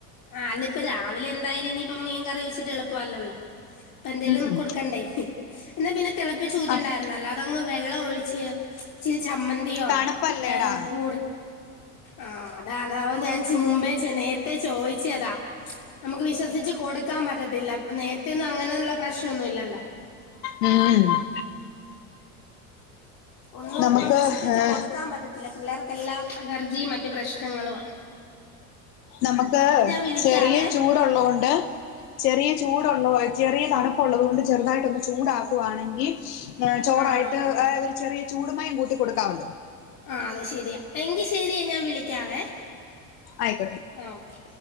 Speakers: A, on the left; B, on the left.
A: ആ അല്ല ഇപ്പൊ രാവിലെ എന്തായാലും ഇനിയിപ്പ മീൻ കറി വെച്ചിട്ട് എളുപ്പല്ലല്ലോ അപ്പ എന്തേലും
B: ഉം ഉം
A: കൊടുക്കണ്ടേ എന്നന്താ പിന്നെ തിളപ്പി ചൂറ്റ
B: അപ്
A: ഉണ്ടായിരുന്നല്ലോ അതങ്ങ് വെള്ളം ഒഴിച്ച് ചരി ചമ്മന്തിയോ
B: തണുപ്പല്ലേടാ
A: ഉപ്പൂർ ആഹ അതാ അത ഞാൻ മുമ്പേ നേരത്തെ ചോദിച്ചതാ നമുക്ക് വിശ്വസിിച്ചച്ച് കൊടുക്കാൻ പറ്റത്തില്ല നേരത്തെ ഒന്നും അങ്ങനെയുള്ള പ്രശ്നൊന്നുമല്ലല്ലോ
B: ഉം <unintelligible>
A: ഒന്നും
B: നമുക്ക്
A: ഇപ്പം വിശ്വസിച്ച്
B: ഏഹ്
A: കൊടുക്കാൻ പറ്റത്തില്ല പിള്ളേർക്കെല്ലാം അലർജിയും മറ്റു പ്രശ്നങ്ങളും
B: നമുക്ക്
A: വിളിക്കാവേ
B: ചെറിയ ചൂടുള്ളത് കൊണ്ട് ചെറിയ ചൂടുള്ള ചെറിയ തണുപ്പള്ളത കൊണ്ട് ചെറുതായിട്ടൊന്ന് ചൂടാക്കുകവാണെങ്കിൽ ചോറായിട്ട്
A: ആഹ് ആഹ് ആഹ്
B: ഒരു ചെറിയ ചൂടുമായും കൂട്ട കൊടുക്കാമല്ലോ
A: ആ അത ശെരിയാ എങ്കിൽ ശരിയ ഞാൻ വിളിക്കാവേ
B: ആയിക്കോട്ടെ
A: ആ ഓക്കെ